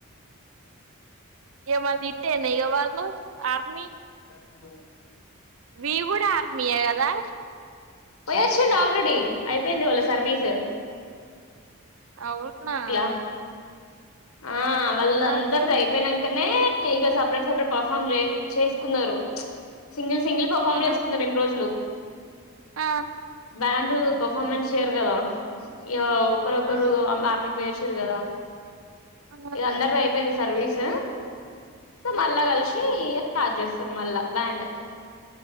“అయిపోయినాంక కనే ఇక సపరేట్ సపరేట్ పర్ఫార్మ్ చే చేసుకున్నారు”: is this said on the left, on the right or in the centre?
Left